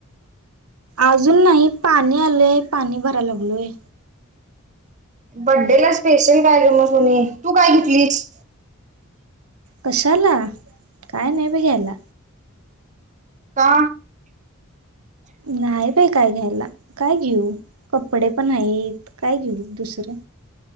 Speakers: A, on the right; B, on the right.
A: अजून नाही पाणी आलंय पाणी भराय लागलोय
B: बड्डे ला स्पेशल काय करम सोनी तू काय घेतलीस
A: कशाला काय नाही बीघ्यायला
B: का
A: नाही बाय काय घ्यायला काय घेऊ कपडे पण आहेत काय घेऊ दुसरं